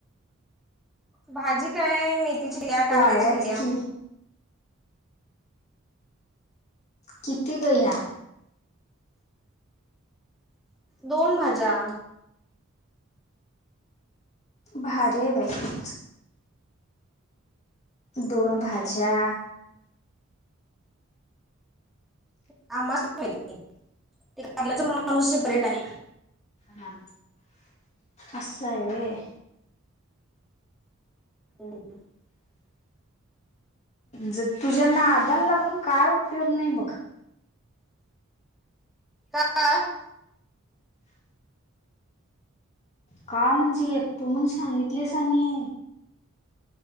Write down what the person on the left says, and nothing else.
वाळल्यात
की किती गं ह्या?
भारी आहे बाई तु. दोन भाज्या
हा असं हाय व्हय.
ज तुझ्या नादान लागून काय उपयोग नाही बघ.
का म्हणजे येतो म्हणून सांगितलेस आणि